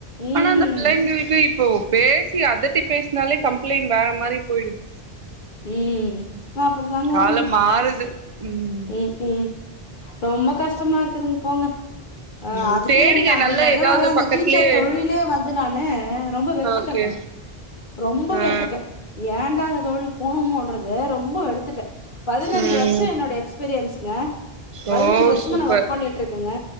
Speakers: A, on the left (about 55°); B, on the right (about 45°).
A: ம்
B: ஆனா அந்த பிள்ளைங்களுக்கு இப் போ பேஸ் சி அதட்டி பேஸ்னாலே கம் பிள்ளைன் வேற மாரி போயிடுது
A: உ அப்டித்தாங்க
B: காலம்
A: இருக்குது
B: மாறுது ம்
A: உ உ ரொம்ப கஷ் டமா இருக்குதுங்க போங்க ஆ
B: ம்
A: அதுக்கே
B: தேடுங்க
A: எனக்கு அந்த
B: நல்ல
A: நெஜமாவே
B: ஏதாவது
A: அந்த
B: பக்கத்துலயே
A: டீச்சர் தொழிலே வந்து நானு ரொம்ப வெறுத்துட்டேங்க
B: ஓகே
A: ரொம்ப
B: ஆ
A: வெறுத்துட்டே ஏண்டா அந்த தொழில போணுமோன்றது ரொம்ப ரொம்ப வெருத்துட்டே பதினஞ்சு
B: ம்
A: வர்ஷோ என்னோட எக்ஸ்பீரியன்ஸுங்க பதினஞ்சு
B: ஓ
A: வருஷமா
B: சூப்பர்
A: ஒர்க் பண்ணிட்டு இருங்கங்க